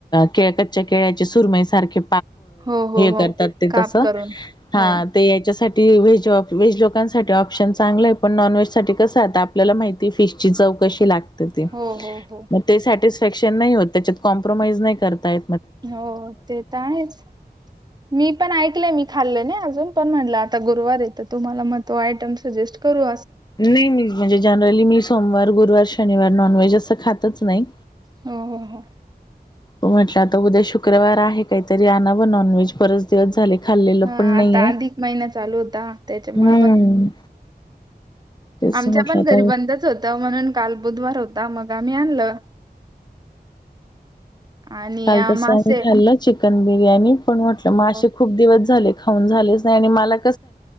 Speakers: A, on the left; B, on the right.
A: केळ कच्च्या केळ्याचे सुरमई सारखे
B: हो हो हो
A: करतात ते
B: काप
A: तस
B: करून
A: हा
B: हो
A: याच्यासाठी व वज लोकां ठी ऑप्शन चांगलं आहे पण नॉन व्हेज सा कसं आता आपल्याला माहिती फिशची चव कशी लागते.
B: हो हो हो
A: मग ते सॅटिस्फॅक्शन नाही होत त्याच्यात कॉम्प्रोमाइज नाही करताय.
B: हो ते तर आहेच मी पण ऐकलंय मी खाल्लं ना. अजून पण म्हणलं आता गुरुवार येत तुम्हाला मग तो आयटम सजेस्ट करू.
A: नाही मी म्हणजे जनरली मी सोमवार गुरुवार शनिवार नॉनव्हेज असं खातच नाही.
B: हो हो हो.
A: म्हटलं आता उद्या शुक्रवार आहे काहीतरी आण व नॉनव्हेज परत दिवस झाले. खाल्लेलं
B: हा
A: पण नाहीये
B: आता अधिक महिना चालू होता त्याच्यामुळे
A: हम्म.
B: ब
A: तेच
B: आमच्या
A: म्हटलं
B: मन
A: आता
B: घरी बंदच होतं म्हणून काल बुधवार होता मग आम्ही आणलं. आणि
A: काल
B: अं,
A: तसं
B: मासे
A: आम्ही खाल्लं च. चिकन बिर्याणी पण म्हटलं
B: हो
A: मग असे खूप दिवस झाले खाऊन झालेच नाही आणि मला